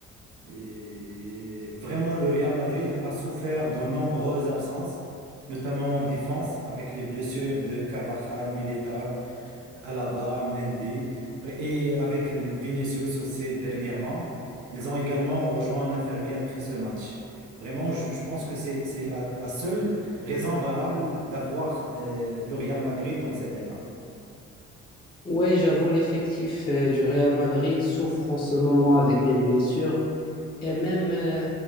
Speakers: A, on the right; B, on the left.
A: Et vraiment, le Real Madrid a souffert de nombreuses absences, notamment en défense, avec les blessures de Carvajal, Militao. Alaba, Mendy, et avec Vinicius aussi dernièrement, ils ont également rejoint l'infirmier après ce match. Vraiment, je, je pense que c'est c'est la, la seule raison valable d'avoir euh, le Real Madrid dans cet état.
B: Ouais, j'avoue, l'effectif euh, du Real Madrid souffre en ce moment avec les blessures et même euh,